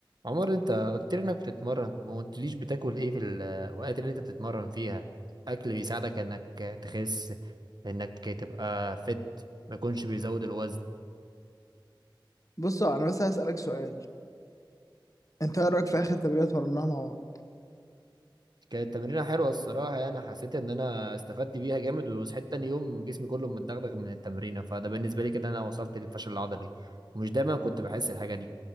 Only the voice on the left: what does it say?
بصوا انا بس هسألك سؤال انت ايه رأيك في اخر تمرينة اتمرناها مع بعض